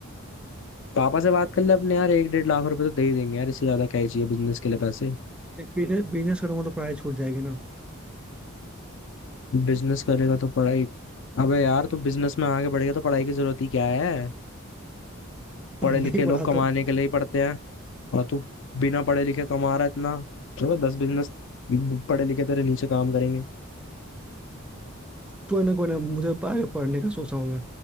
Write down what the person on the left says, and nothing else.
पापा से बात कर ले अपने यार एक डेढ़ लाख रुपए तो दे ही देंगे यार इससे ज्यादा क्या ही चाहिए बिजनेस के लिए पैसे
बिजनेस करेगा तो पढ़ाई अबे यार तू बिजनेस में आगे बढ़ेगा तो पढ़ाई की जरूरत ही क्या है
पढ़े
लिखे लोग
कमाने
के लिए ही पढ़ते हैं और तू बिना पढ़े लिखे कमा रहा है इतना चलो दस बिजनेस पढ़े लिखे तेरे नीचे काम करेंगे